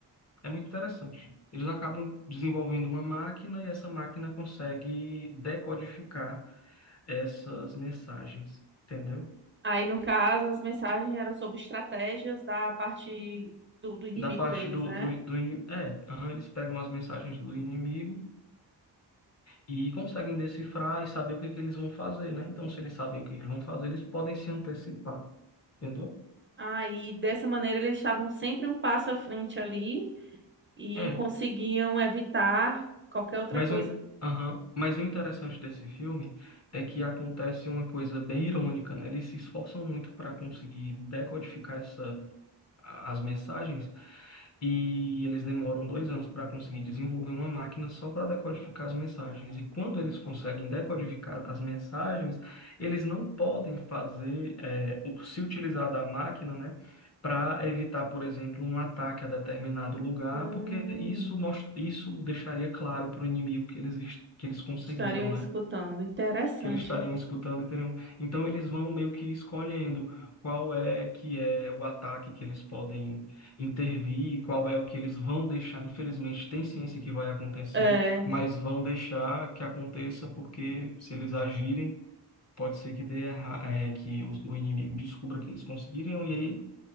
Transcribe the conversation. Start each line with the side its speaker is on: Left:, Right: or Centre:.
Left: é muito interessante. Eles acabam desenvolvendo uma máquina e essa máquina consegue decodificar essas mensagens, entendeu?
Right: Aí, no caso, as mensagens eram sobre estratégias da parte do, do inimigo
Left: Da parte
Right: deles,
Left: do,
Right: né?
Left: do, do ini- é, aham, eles pegam as mensagens do inimigo e conseguem decifrar e saber o que que eles vão fazer, né? Então, se eles sabem o que eles vão fazer, eles podem se antecipar, entendeu?
Right: Aí, dessa maneira, eles estavam sempre um passo à frente ali e
Left: É,
Right: conseguiam evitar qualquer outra
Left: mas
Right: coisa.
Left: o, aham, mas o interessante desse filme é que acontece uma coisa bem irônica, né? Eles se esforçam muito para conseguir decodificar essa as mensagens e eles demoram dois anos para conseguir desenvolver uma máquina só para decodificar as mensagens. E quando eles conseguem decodificar as mensagens, eles não podem fazer, eh, o- se utilizar da máquina, né? Para evitar, por exemplo, um ataque a determinado lugar,
Right: Hum,
Left: porque isso mostra, isso deixaria claro para o inimigo que eles, est- que eles conseguiram,
Right: estariam escutando.
Left: né?
Right: Interessante.
Left: que eles estariam escutando e teriam. Então eles vão meio que escolhendo qual é que é o ataque que eles podem intervir, qual é o que eles vão deixar. Infelizmente tem ciência que vai acontecer,
Right: É,
Left: mas vão deixar que aconteça porque se eles agirem, pode ser que dê erra... é, que o o inimigo descubra que eles conseguiriam e aí